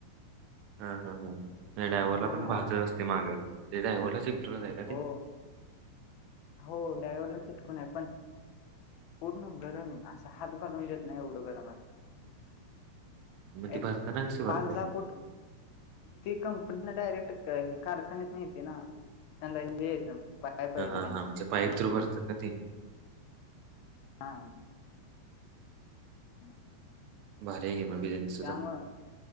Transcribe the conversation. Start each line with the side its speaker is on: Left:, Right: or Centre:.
Right: हा हा हां डाय्हला
Left: हा
Right: पण भाजत असते मागा म्हणजे डायव्हलाच. जाय ना
Left: हो
Right: तेी.
Left: हो ड्रायव्हरला चिटकून आहे पण पूर्ण गरम असं हात घालून देत नाही एवढं गरमात
Right: मग ते
Left: एक
Right: भरताना कसे भरतात
Left: पाच हजार फोट ती कंपनीला डायरेक्ट कारखान्यात नाहीती ना त्यांना हे. पाय प
Right: हा
Left: येत
Right: हा
Left: त्यांच्या
Right: हा म्हणजे पाईप
Left: कंपनीचा
Right: थ्रू भरतात का ते
Left: हा. म
Right: भर गेम बिझनेस तुझा
Left: त्यामु